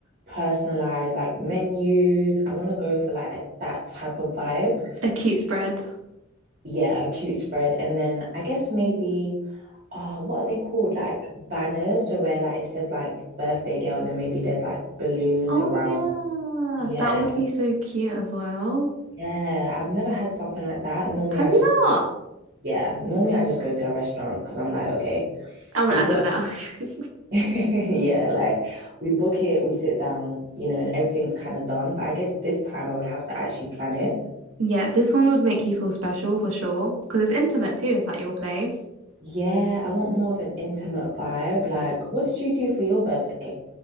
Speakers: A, on the right; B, on the right.
A: personalized like menus. I want to go for like that type of vibe.
B: A cute spread.
A: yeah, a cute spread. And then I guess maybe, oh, what are they called? Like banners. So where like it says like birthday girl, and then maybe there's like balloons
B: Oh
A: around.
B: yeah,
A: Yeah.
B: that would be so cute as well.
A: Yeah. I've never had something like that. Normally
B: Have
A: I
B: you
A: just,
B: not?
A: yeah, normally I just go to a restaurant because I'm like, okay,
B: I'm
A: we
B: an adult
A: book.
B: now. <laughs>
A: <laughs> Yeah, like we book it, we sit down, you know, and everything's kind of done. But I guess this time I would have to actually plan it.
B: Yeah, this one would make you feel special for sure because it's intimate too. It's at your place.
A: Yeah, I want more of an intimate vibe. Like, what did you do for your birthday?